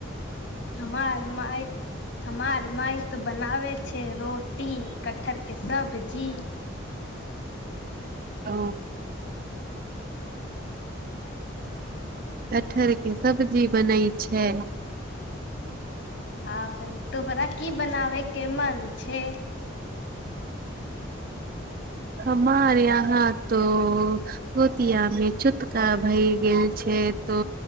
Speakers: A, on the left; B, on the right.
A: हमार माय हमार माय तऽ बनाबे छै रोटी कटहर के सब्जी।
B: ओ कठहर के सब्जी बनै छै।
A: हँ ब तोहरा की बनाबय के मन छै
B: हमार यहाँ तो पोतिया मे चुटका भय गेल छै तो